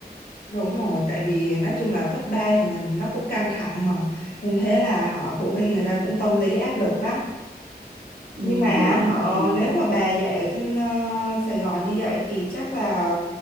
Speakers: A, on the left; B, on the right.
A: Đúng rồi, tại vì nói chung là cấp 3 thì là nó cũng căng thẳng mà. Nên thế là họ phụ huynh người ta cũng tâm lý áp lực lắm.
B: ừ,
A: Nhưng mà
B: đúng
A: họ
B: rồi thì
A: nếu
B: <laughs>
A: mà bà dạy ở trên ờ, Sài Gòn như vậy thì chắc là